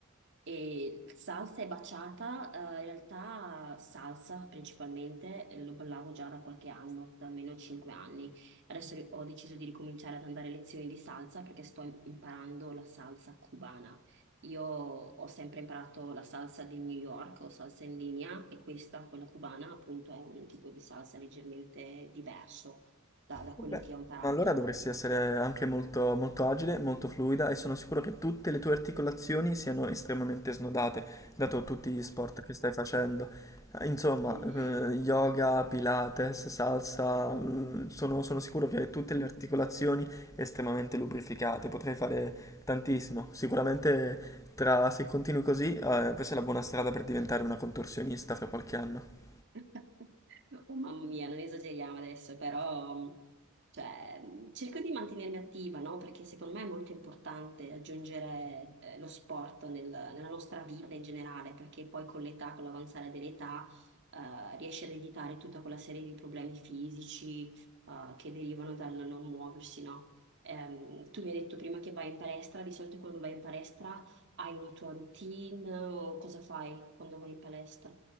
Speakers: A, on the right; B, on the left.
A: E salsa e baciata eh, in realtà salsa principalmente, eh, lo ballavo già da qualche anno, da almeno 5 anni. Adesso ri- ho deciso di ricominciare ad andare a lezioni di salsa perché sto imparando la salsa cubana. Io ho sempre imparato la salsa di New York o salsa in linea e questa, quella cubana, appunto è un tipo di salsa leggermente diverso da, da
B: Beh,
A: quello che ho imparato.
B: ma allora dovresti essere anche molto, molto agile, molto fluida e sono sicuro che tutte le tue articolazioni siano estremamente snodate, dato tutti gli sport che stai facendo. Eh, Insomma,
A: <laughs>
B: eh, yoga, pilates, salsa, eh, sono, sono sicuro che hai tutte le articolazioni estremamente lubrificate, potrai fare tantissimo. Sicuramente tra, se continui così, eh, questa è la buona strada per diventare una contorsionista fra qualche anno.
A: <laughs> Oh mamma mia, non esageriamo adesso, però mh, cioè, mh, cerco di mantenermi attiva, no? Perché secondo me è molto importante aggiungere eh, lo sport nel- nella nostra vita in generale, perché poi con l'età, con l'avanzare dell'età, eh, riesci ad evitare tutta quella serie di problemi fisici eh, che derivano dal non muoversi, no? Ehm, tu mi hai detto prima che vai in palestra, di solito quando vai in palestra hai una tua routine o cosa fai quando vai in palestra?